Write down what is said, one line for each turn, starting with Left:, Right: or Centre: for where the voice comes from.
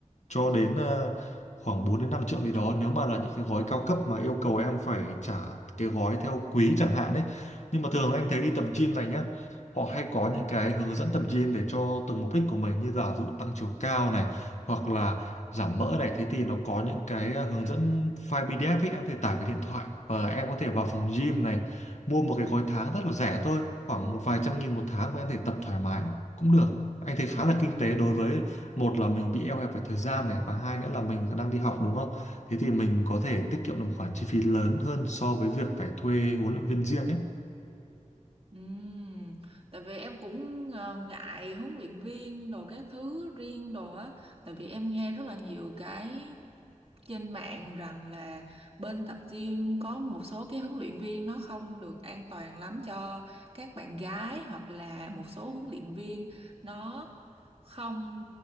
Left: cho đến ờ, khoảng 4 đến 5 triệu gì đó nếu mà là những cái gói cao cấp mà yêu cầu em phải trả cái gói theo quý chẳng hạn ấy nhưng mà thường anh thấy đi tập gym này nhá họ hay có những cái hướng dẫn tập gym để cho từng mục đích của mình như giả dụ tăng chiều cao này hoặc là giảm mỡ này thế thì nó có những cái ờ, hướng dẫn file PDF ấy em có thể tải về điện thoại và em có thể vào phòng gym này mua một cái gói tháng rất là rẻ thôi khoảng một vài trăm nghìn một tháng và em có thể tập thoải mái cũng được anh thấy khá là kinh tế đối với một là mình bị eo hẹp về thời gian này và hai nữa là mình đang đi học đúng không thế thì mình có thể tiết kiệm được một khoản chi phí lớn hơn so với việc phải thuê huấn luyện viên riêng ấy
Right: Ừm, tại vì em cũng ờ, ngại huấn luyện viên đồ các thứ riêng đồ á tại vì em nghe rất là nhiều cái trên mạng rằng là bên tập gym có một số cái huấn luyện viên nó không được an toàn lắm cho các bạn gái hoặc là một số huấn luyện viên nó không